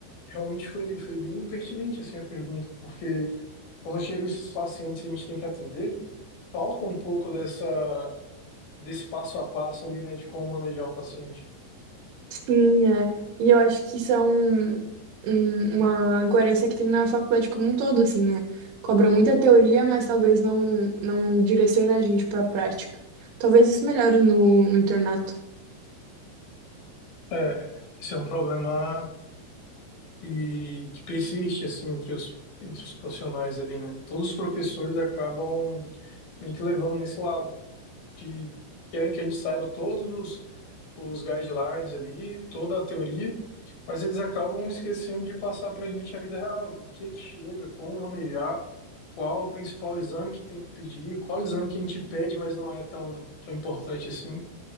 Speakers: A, on the left; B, on the right.
A: Realmente foi, foi bem impertinente assim, a pergunta, porque quando chegam esses pacientes que a gente tem que atender, falta um pouco dessa, desse passo a passo ali, né, de como manejar o paciente.
B: Sim, é. E eu acho que isso é um, um- uma incoerência que tem na faculdade como um todo, assim, né? Cobra muita teoria, mas talvez não, não direcione a gente pra prática. Talvez isso melhore no, no internato.
A: É, isso é um problema que, que persiste assim entre os, entre os profissionais ali, né? Todos os professores acabam meio que levando nesse lado que querem que a gente saiba todos os, os guidelines ali, toda a teoria, mas eles acabam esquecendo de passar para a gente a vida real, o que que chega, como manejar, qual o principal exame que tem que pedir, qual exame que a gente pede, mas não é tão, tão importante assim.